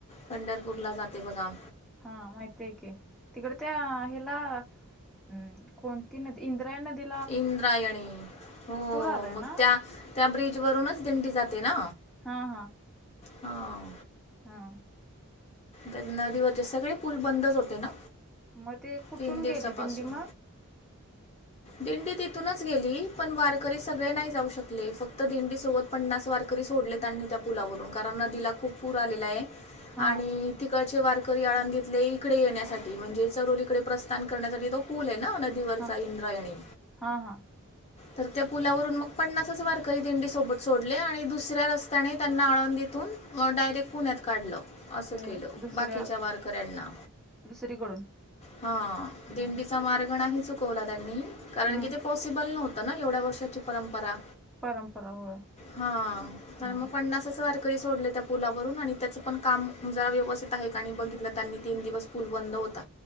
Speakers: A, on the left; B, in the centre.
A: पंढरपूरला जाते बघा
B: हा माहती आहे की तिकड त्या हिला. हम्म, कोणती नदी इंद्रा नदी
A: इंद्रायणी हो
B: आलाय
A: मग
B: ना
A: त्या-त्या ब्रीजवरूनच दिंडी जाते ना
B: हा-हा
A: हां
B: हां
A: तर नदीवरचे सगळे पूल बंदच होते ना.
B: मग ते कुठून
A: तीन दिवसापासून
B: गेली दिंडी मग.
A: दिंडी तिथूनच गेली पण वारकरी सगळे नाही जाऊ शकले फक्त दिंडी सोबत. पन्नास वारकरी सोडले त्यांनी त्या पुलावरून कारण नदीला खूप पूर आलेला आहे
B: हा
A: आणि. तिकडचे वारकरी आळंदितले इकडे येण्यासाठी म्हणजे चरोलीकडे प्रस्थान करण्यासाठी तो पूल आहे ना. ववरचा
B: हा
A: इंद्रायणी.
B: हा हा
A: तर त्या पुलावरून मग पन्नासच वारकरी दिंडी सोबत सोडले आणि दुसऱ्या रस्त्याने त्यांना आळून दथून. म ायरेक्ट पुण्यात काढलं असं
B: ए
A: केल
B: दुसऱ्या
A: बाकीच्या वारकऱ्यांना
B: दुसरीकडून
A: हा दिंडीचा
B: हा
A: मार्ग नाही चुक चवला त्यांनी कारण
B: हम्म
A: कि ते पॉसिबल नव्हतं ना एवढ्या वर्षाची परंपरा
B: परंपरा होय
A: हा तर
B: हा
A: मग पन्नासाच वार करी सोडले त्या पुलावरून आणि त्याचं पण काम मु जरा व्यवस्थित आहे आणि बघितलं त्यांनी तीन दिवस पूल बंद होता..